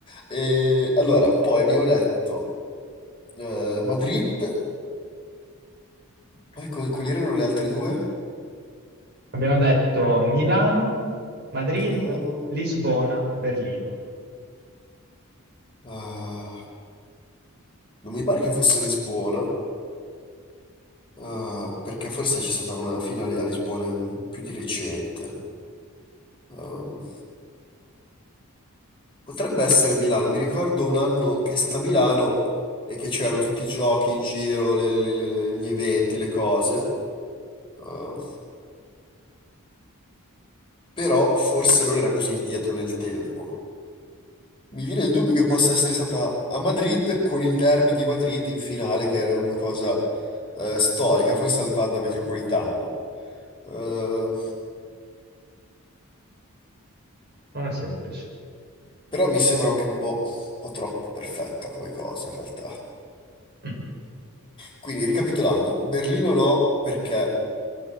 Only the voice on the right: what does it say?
Abbiamo detto Milano, Madrid,
Lisbona, Berlino.
Non è semplice.
Mm.